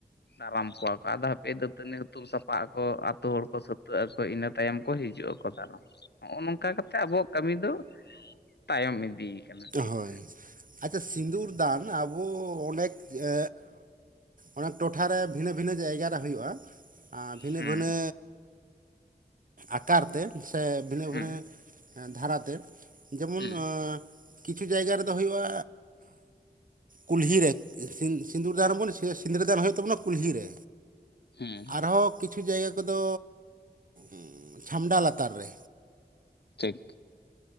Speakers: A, on the left; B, on the right.
A: ᱫᱟᱨᱟᱢ ᱠᱚᱣᱟ ᱠᱚ ᱟᱫᱚ ᱦᱟᱯᱮ ᱫᱟᱹᱛᱟᱹᱱᱤ ᱦᱩᱛᱩᱢ ᱥᱟᱯᱷᱟᱜ ᱟᱠᱚ ᱟᱛᱳ ᱦᱚᱲ ᱠᱚ ᱥᱟᱹᱛᱟᱹᱜ ᱟᱠᱚ ᱤᱱᱟᱹ ᱛᱟᱭᱚᱢ ᱠᱚ ᱦᱤᱡᱩᱜ ᱟᱠᱚ᱾ ᱠᱚ ᱫᱟᱨᱟᱢ ᱦᱚᱜᱼᱚ ᱱᱚᱝᱠᱟ ᱠᱟᱛᱮ ᱟᱵᱚᱣᱟᱜ ᱠᱟᱹᱢᱤ ᱫᱚ ᱛᱟᱭᱚᱢ ᱤᱫᱤ ᱠᱟᱱᱟ ᱴᱷᱤᱠ
B: ᱦᱳᱭ
A: ᱥᱮ
B: ᱟᱪᱪᱷᱟ ᱥᱤᱸᱫᱩᱨ ᱫᱟᱱ ᱟᱵᱚ ᱚᱱᱮᱠ ᱮ ᱚᱱᱮᱠ ᱴᱚᱴᱷᱟᱨᱮ ᱵᱷᱤᱱᱟᱹ ᱵᱷᱤᱱᱟᱹ ᱡᱟᱭᱜᱟᱨᱮ ᱦᱩᱭᱩᱜᱼᱟ, ᱟᱸ ᱵᱷᱤᱱᱟᱹ
A: ᱦᱮᱸ
B: ᱵᱷᱤᱱᱟᱹ ᱟᱠᱟᱨ ᱛᱮ ᱥᱮ ᱵᱷᱤᱱᱟᱹ
A: ᱦᱮᱸ
B: ᱵᱷᱤᱱᱟᱹ ᱫᱷᱟᱨᱟᱛᱮ ᱡᱮᱢᱚᱱ
A: ᱦᱮᱸ
B: ᱮᱸ ᱠᱤᱪᱷᱩ ᱡᱟᱭᱜᱟ ᱨᱮᱫᱚ ᱦᱩᱭᱩᱜᱼᱟ ᱠᱩᱞᱦᱤ ᱨᱮ ᱥᱤᱸ ᱥᱤᱸᱫᱩᱨ ᱫᱟᱱᱟᱵᱚᱱ ᱥᱮ ᱥᱤᱸᱤᱫᱨᱟᱹᱫᱟᱱ ᱦᱩᱭᱳᱜ ᱛᱟᱵᱚᱱᱟ ᱠᱩᱞᱦᱤᱨᱮ᱾
A: ᱦᱮᱸ
B: ᱟᱨᱦᱚᱸ ᱠᱤᱪᱷᱩ ᱡᱟᱭᱜᱟ ᱠᱚᱫᱚ ᱩᱸ ᱪᱷᱟᱢᱰᱟ ᱞᱟᱛᱟᱨ ᱨᱮ᱾
A: ᱴᱷᱤᱠ